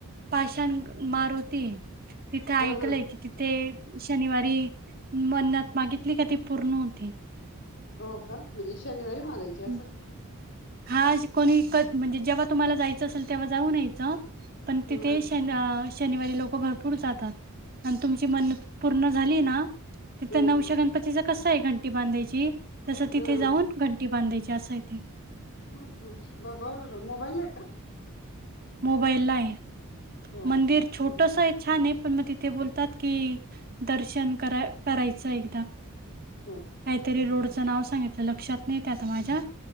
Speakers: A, on the right; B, on the left.
A: पाषाण मारुती तिथं
B: हा
A: ऐकलंय
B: हा
A: की तिथे शनिवारी मन्नंत मागितली का ती पुर्ण होती.
B: हो का म्हणजे शनिवारी मागायची असं
A: ह् हा कोणी क म्हणजे जेव्हा तुम्हाला जायचं असेल तेव्हा जाऊन यायचं पण
B: हा
A: तिथे
B: हा
A: शन शनिवारी लोकं भरपूर जातात आणं तुमची मन्नत पूर्ण झाली ना? तिथ
B: हा
A: नवश्या
B: हा
A: गणपतीचा कसय? आहे घंटी बांधायची तस तिथे
B: हा हा
A: जाऊन टी बांधायची असंय ते
B: हो का बघाव लागल मोबाईलाय का?
A: मोबाईला आहे.
B: हो
A: मंदिर
B: का हम्म.
A: छोटसय छानय पण मग तिथे बोलतात की दर्शन करा करायचं एकदा
B: हो का
A: काहीतरी
B: हम्म.
A: रोडच नाव सांगितलं लक्षात नाही ते आता माझ्या